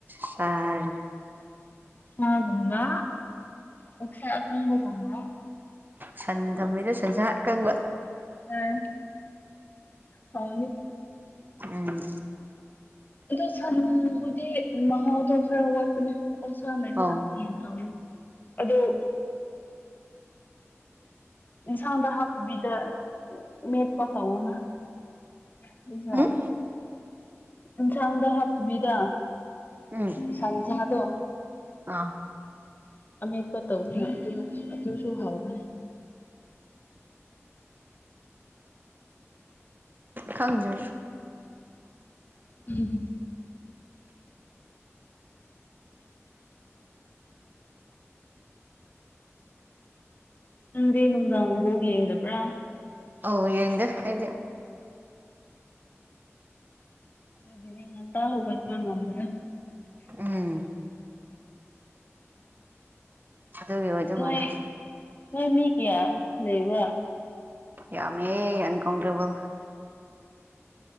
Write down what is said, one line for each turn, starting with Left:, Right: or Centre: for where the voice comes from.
Right: ꯁꯥꯔ
Left: ꯁꯥ ꯑꯗꯨꯕ ꯑꯣꯁꯥ ꯇꯪꯕꯕꯕ
Right: ꯁꯗꯝꯕꯤꯗꯁ ꯀꯪ
Left: ꯑꯝ ꯍꯥꯎꯅꯤ
Right: ꯎꯝ
Left: ꯑꯗꯣ ꯁꯟꯕꯨꯗꯤ ꯃꯍꯥꯎꯗꯣ ꯈꯔ ꯋꯥꯠꯄꯅꯦ ꯑꯣꯁ ꯅꯗꯤꯟ
Right: ꯑꯧ
Left: ꯍꯎ ꯑꯣ ꯏꯟꯁꯥꯡꯗ ꯍꯛꯕꯤꯗ ꯃ ꯄ ꯍꯅ ꯄꯨꯖ
Right: ꯎꯝ
Left: ꯌꯦꯟꯁꯥꯡꯗ ꯍꯥꯞꯇꯕꯤꯔ
Right: ꯎꯝ
Left: ꯁꯥꯟꯖꯥꯗ
Right: ꯑꯥ
Left: ꯑꯃꯦꯠꯄ ꯇꯧ꯭ꯔꯅ ꯑꯗꯨ ꯑꯗꯨꯁꯨ ꯍꯥꯎꯕꯅꯤ
Right: ꯈꯪꯖ꯭ꯔꯅꯤ
Left: ꯎꯝ ꯎꯗꯦ ꯅꯨꯡꯗꯥꯥꯡꯕꯣ ꯌꯦꯡꯗꯕ꯭ꯔꯥ
Right: ꯑꯣ ꯌꯦꯗ ꯑꯩꯕ
Left: ꯑꯗꯨꯗꯒꯤꯅꯦ ꯌꯦꯉꯇ ꯍꯒꯜ ꯉꯗ
Right: ꯎꯝ ꯀ ꯑꯗꯨ
Left: ꯅꯣꯏ
Right: ꯃꯔ
Left: ꯅꯣꯏ ꯃꯤ ꯀꯌꯥ ꯂꯩꯕ꯭ꯔꯥ
Right: ꯌꯥꯃꯦ ꯑꯟꯀꯣ꯭ꯔꯕꯣ